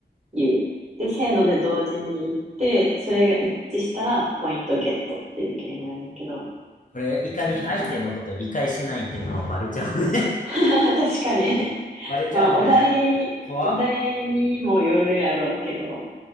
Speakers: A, on the right; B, on the left.
A: 言う。で、せーので同時に言って、それが一致したらポイントゲットっていうゲームやねんけど。
B: これ、いかに相手のこと理解してないっていうのはバレちゃうね
A: <laughs> 確かに。
B: <laughs> バレちゃうね。
A: まあ、お題、
B: 怖っ。
A: お題にもよるやろうけど、